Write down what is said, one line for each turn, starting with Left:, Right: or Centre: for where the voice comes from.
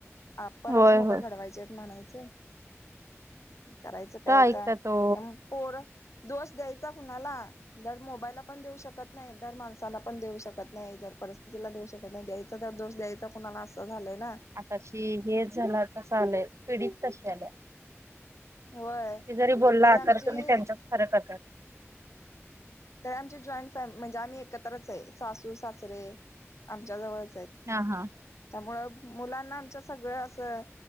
Left: आपणच
Right: होय
Left: मुलं
Right: होय
Left: घडवायची आहेत म्हणायचं. करायचं
Right: कुठं
Left: काय आता
Right: ऐकता तो
Left: त्यामुळ पोर दोष द्यायचा कुणाला दर मोबाईलला पण देऊ शकत नाही, दर माणसाला पण देऊ शकत नाही, दर परिस्थितीला देऊ शकत नाही दयाच त्यात दोष द्यायचा कुणाला असं झालंय ना.
Right: आताशी हेच झाला तसा आलंय पिडीत तशी आल्या
Left: होय
Right: किती जरी बोलला
Left: तरी आमची
Right: तर तुम्ही त्यांच्याच खरं करतात.
Left: तर आमचे जॉईंट फॅमिली म्हणजे आम्ही एकत्रच आहे सासू, सासरे आमच्या जवळच आहेत.
Right: हा हा
Left: त्यामुळ मुलांना आमच्या सगळं असं